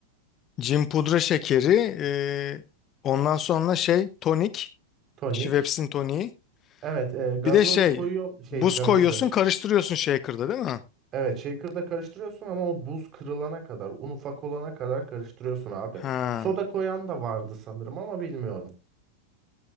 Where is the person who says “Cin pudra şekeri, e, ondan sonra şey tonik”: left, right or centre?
Left